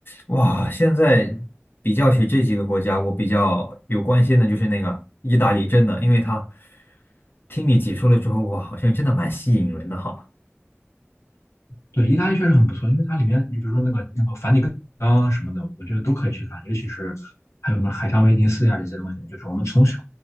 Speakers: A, on the left (about 50°); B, on the left (about 85°).
A: 哇，现在比较起这几个国家，我比较有关心的就是那个意大利，真的，因为它听你解说了之后，哇，好像真的蛮吸引人的哈。
B: 对，意大利确实很不错，因为它里面，你比如说那个那个梵蒂冈什么的，我觉得都可以去看，尤其是还有什么海上威尼斯呀这些东西，就是我们从小